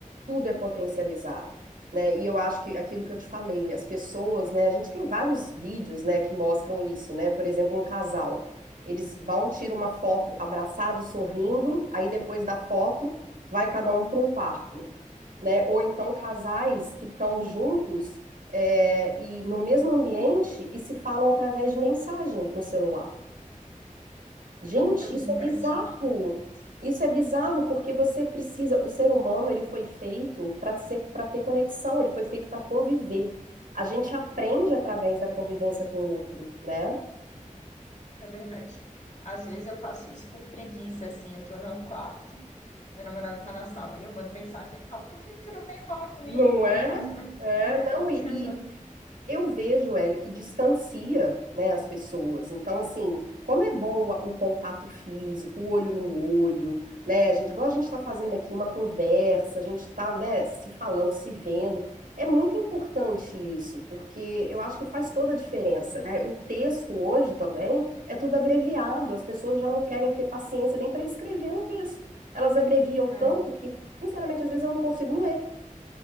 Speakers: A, on the right; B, on the left.
A: tudo é potencializado, né? E eu acho que aquilo que eu te falei, as pessoas, né? A gente tem vários vídeos, né, que mostram isso, né? Por exemplo, um casal, eles vão tirar uma foto abraçado, sorrindo, aí depois da foto vai cada um para um quarto, né? Ou então casais que estão juntos é, e no mesmo ambiente e se falam através de mensagem no celular. Gente,
B: É verdade,
A: isso é bizarro. Isso é bizarro porque você precisa, o ser humano, ele foi feito para ser, para ter conexão, ele foi feito para conviver. A gente aprende através da convivência com o outro, né?
B: é verdade. Às vezes eu faço isso por preguiça, assim, eu tô no quarto, meu namorado tá na sala, e eu mando mensagem, ele fala, por que que tu não vem falar comigo?
A: Não é? É,
B: <laughs>
A: não, e, eu vejo, Hélio, que distancia, né, as pessoas. Então, assim, como é bom o, o contato físico, o olho no olho, né? A gente, igual a gente está fazendo aqui uma conversa, a gente está, né, se falando, se vendo. É muito importante isso, porque eu acho que faz toda a diferença, né? O texto hoje também é tudo abreviado, as pessoas já não querem ter paciência nem para escrever um texto. Elas abreviam tanto
B: É.
A: que, sinceramente, às vezes eu não consigo ler,